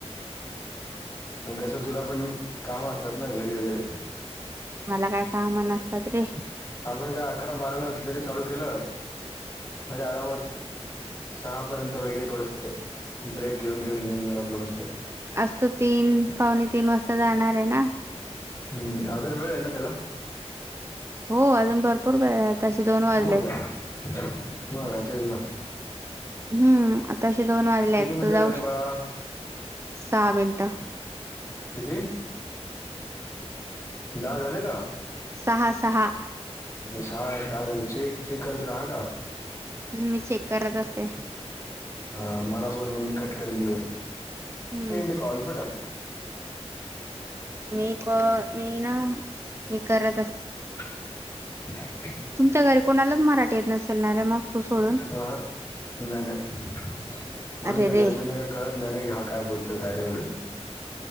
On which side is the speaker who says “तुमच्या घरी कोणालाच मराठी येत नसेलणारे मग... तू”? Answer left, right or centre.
Right